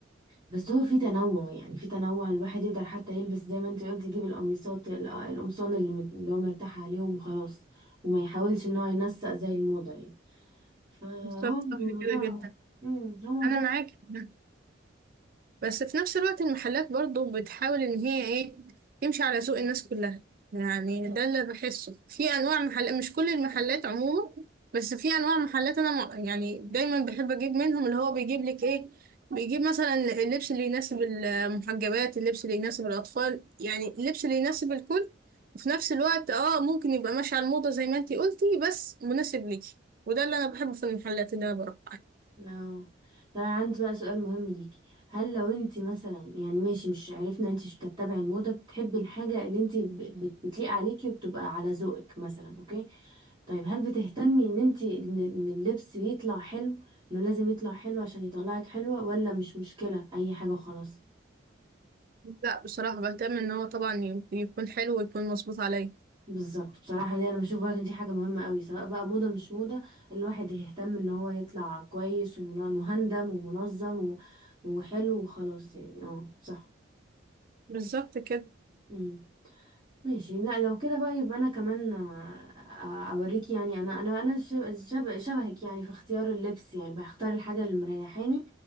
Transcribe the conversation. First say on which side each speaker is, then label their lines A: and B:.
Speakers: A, on the right; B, on the right.
A: بس هو في تنوع يعني في تنوع الواحد يقدر حتى يلبس زي ما انت قلت يجيب القميصات ال- القمصان اللي مت- اللي هو مرتاح عليهم وخلاص وما يحاولش ان هو ينسق زي الموضة يعني فهو
B: بالظبط
A: الموضوع
B: صح كده جدا
A: مم، هو موضوع
B: انا معاك في ده. بس في نفس الوقت المحلات برضو بتحاول ان هي ايه تمشي على ذوق الناس كلها يعني ده اللي بحسه في انواع محلات مش كل المحلات عموما بس في انواع محلات انا مع- يعني دايما بحب اجيب منهم اللي هو بيجيب لك ايه بيجيب مثلا اللبس اللي يناسب المحجبات اللبس اللي يناسب الاطفال يعني اللبس اللي يناسب الكل في نفس الوقت اه ممكن يبقى ماشي على الموضة زي ما انتي قلتي بس مناسب ليكي وده اللي انا بحبه في المحلات اللي انا بروح
A: اه طب انا عندي بقى سؤال مهم ليكي هل لو انت مثلا يعني ماشي مش عرفنا انت مش بتتبعي الموضة بتحبي الحاجة اللي انت ب- بت- بتليق عليكي وبتبقى على ذوقك مثلا اوكي طيب هل بتهتمي ان انت ان إن اللبس يطلع حلو انه لازم يطلع حلو عشان يطلعك حلوة ولا مش مشكلة اي حاجة خلاص
B: لا بصراحة بهتم ان هو طبعا ي- يكون حلو ويكون مظبوط عليا
A: بالظبط بصراحة دي انا بشوف برضه إن دي حاجة مهمة قوي سواء بقى موضة مش موضة الواحد يهتم ان هو يطلع كويس ومهندم ومنظم و- وحلو وخلاص يعني اه صح
B: بالظبط كده
A: مم. ماشي لا لو كده بقى يبقى انا كمان آه، آه، اوريك يعني انا انا انا شب- شب- شبهك يعني في اختيار اللبس يعني بختار الحاجه اللي مريحاني